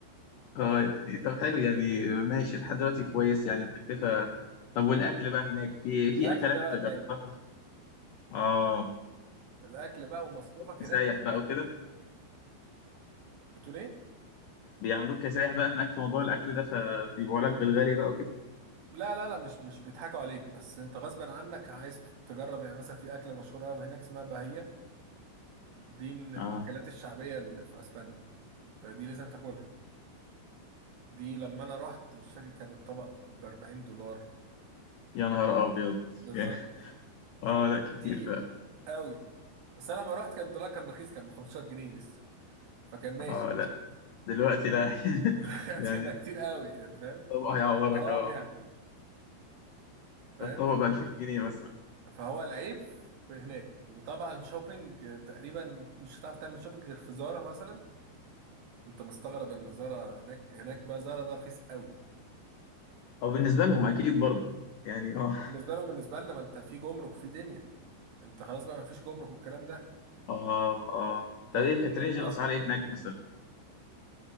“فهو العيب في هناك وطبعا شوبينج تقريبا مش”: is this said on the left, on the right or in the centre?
Right